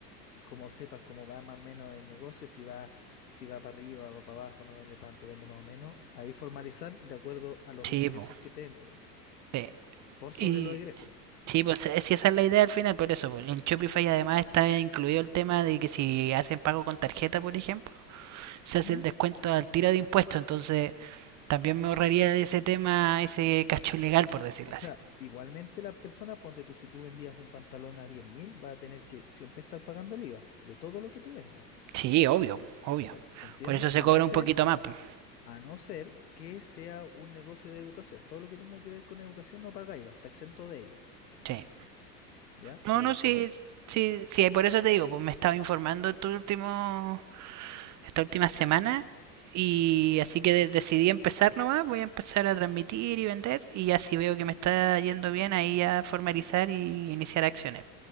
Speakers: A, on the left; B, on the right.
A: como sepas cómo va más o menos el negocio, si va, si va para arriba, va para abajo, no vende tanto, vende más o menos, ahí formalizar de acuerdo a los
B: sí,
A: ingresos
B: pues
A: que te entren,
B: sí.
A: por sobre
B: Y
A: los egresos.
B: Sí, pues es que esa es la idea al final, por eso. pues, En Shopify además está incluido el tema de que si hacen pago con tarjeta, por ejemplo, se hace
A: ¿Mm?
B: el descuento al tiro de impuestos. Entonces también me ahorraría ese tema, ese cacho ilegal, por decirlo
A: O sea,
B: así.
A: igualmente las personas, ponte tú, si tú vendías un pantalón a diez mil, vas a tener que siempre estar pagando el IVA de todo lo que tú vendas.
B: Sí, obvio, obvio.
A: ¿cach- ¿Entiendes?
B: Por eso se
A: A
B: cobra
A: no ser,
B: un poquito más. pues,
A: a no ser que sea un negocio de educación. Todo lo que tenga que ver con educación no paga IVA, está exento de IVA,
B: Sí.
A: ¿ya?
B: No,
A: Eh,
B: no, sí,
A: como
B: sí, sí, por eso te digo, pues me estaba informando estos últimos esta última semana. Y así que de- decidí empezar nomás, voy a empezar a transmitir y vender y ya si veo que me está yendo bien, ahí ya formalizar y iniciar acciones.